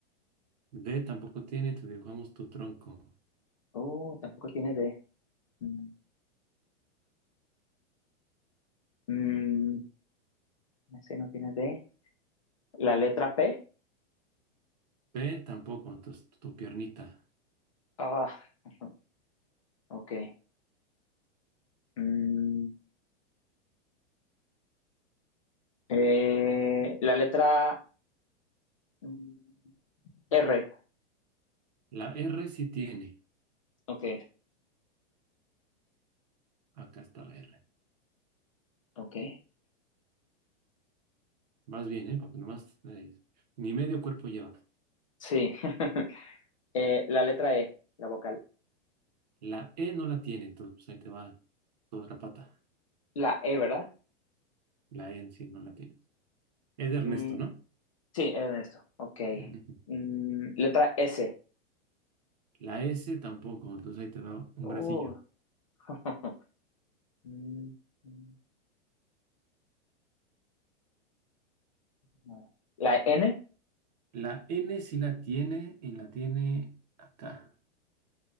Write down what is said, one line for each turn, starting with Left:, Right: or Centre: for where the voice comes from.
Right: D tampoco tiene, te dibujamos tu tronco.
Left: oh, tampoco tiene D. Mm, mm, ese no tiene D. La letra P.
Right: P tampoco, entonces tu piernita.
Left: Ah, <laughs> ok. Mm, eh, la letra mm, R.
Right: La R sí tiene.
Left: Ok,
Right: Acá está la R.
Left: ok.
Right: Vas bien, ¿eh? Porque nomás... eh, ni medio cuerpo lleva.
Left: Sí. <laughs> Eh, la letra E, la vocal.
Right: La E no la tiene, entonces pues ahí te va toda la pata.
Left: La E, ¿verdad?
Right: La E en sí no la tiene. Es de Ernesto,
Left: Mm,
Right: ¿no?
Left: sí, era esto. Ok.
Right: Ujú.
Left: Mm, letra S.
Right: La S tampoco, entonces ahí te va un
Left: Uh,
Right: bracillo.
Left: <laughs> mm, mm, no. La N.
Right: La N sí la tiene y la tiene acá.